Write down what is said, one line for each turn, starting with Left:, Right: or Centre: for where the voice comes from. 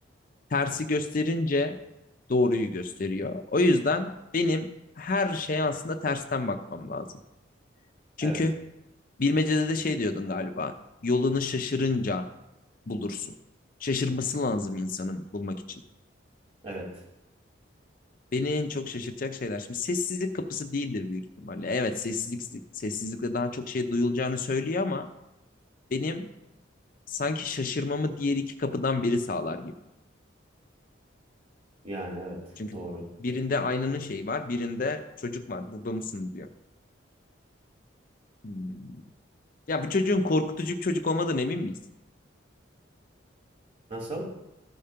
Left: tersi gösterince doğruyu gösteriyor. O yüzden benim her şeye aslında tersten bakmam lazım. Çünkü
Right: Evet.
Left: bilmecede de şey diyordun galiba. Yolunu şaşırınca bulursun. Şaşırması lazım insanın bulmak için.
Right: Evet.
Left: Beni en çok şaşırtacak şeyler. Şimdi sessizlik kapısı değildir büyük ihtimalle. Evet sessizlik sessizlikle daha çok şey duyulacağını söylüyor ama benim sanki şaşırmamı diğer iki kapıdan biri sağlar gibi.
Right: Yani evet.
Left: Çünkü
Right: Doğru.
Left: birinde aynanın şeyi var, birinde çocuk var. Burada mısın diyor. Hmm. Ya bu çocuğun korkutucu bir çocuk olmadığına emin miyiz?
Right: Nasıl?